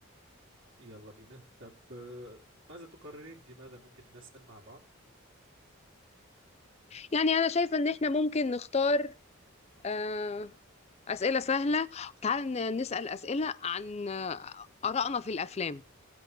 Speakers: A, on the right (about 55°); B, on the left (about 30°).
A: يلا بينا طب آه، ماذا تقررين في ماذا ممكن نسأل مع بعض؟
B: يعني انا شايفة ان احنا ممكن نختار آه، اسئلة سهلة تعال ن- نسأل اسئلة عن آه، آرائنا في الافلام